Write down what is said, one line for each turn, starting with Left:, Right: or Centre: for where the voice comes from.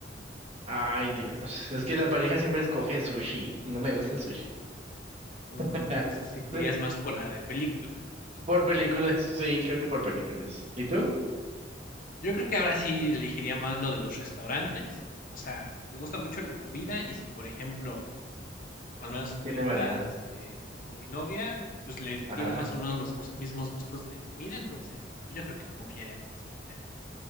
Right: Ay, Dios. Es que la pareja siempre escoge sushi. No me gusta el sushi.
Left: Mm,
Right: <laughs>
Left: entonces, si te irías más por la de películas.
Right: Por películas, sí, creo que por películas. ¿Y tú?
Left: Yo creo que ahora sí elegiría más lo de los restaurantes. O sea, me gusta mucho la comida y si, por ejemplo, Al menos
Right: Tiene
Left: ahorita,
Right: variedad.
Left: este, con mi novia, pues, le
Right: Ajá.
Left: tiene más o menos los gus mismos gustos de comida, entonces, pues, yo creo que confiaré en su criterio.